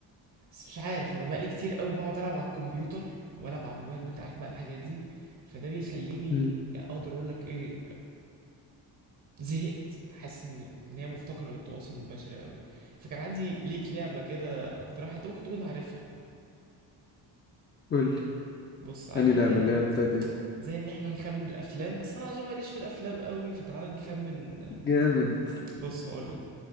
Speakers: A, on the right; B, on the left.
A: بس مش عارف انا بقالي كتير قوي بقعد العب على الكمبيوتر والعب على الموبايل وانت عارف بقى الحاجات دي فده بيخليني
B: امم
A: اقدر اقول لك ايه زهقت حاسس ان ان هي مفتقره للتواصل البشري قوي فكان عندي ليك لعبه كده اقترحها انت ممكن تكون عارفها
B: قول لي
A: بص عارف
B: اني لعبه
A: انت لعبه
B: اللي هي بتاعت ايه
A: زي ان احنا نخمن الافلام بس انا عشان ماليش في الافلام قوي فتعالى نخمن
B: جامد
A: بص هقولك